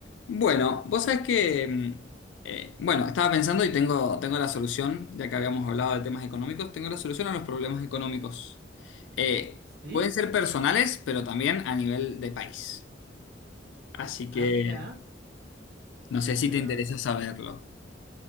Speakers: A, on the left; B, on the right.
A: Bueno, vos sabés que, mm, eh, bueno, estaba pensando y tengo, tengo la solución, ya que habíamos hablado de temas económicos, tengo la solución a los problemas económicos. Eh,
B: Sí,
A: pueden ser personales, pero también a nivel de país. Así que
B: ah, mira,
A: no sé si
B: pero
A: te interesa
B: a ver,
A: saberlo.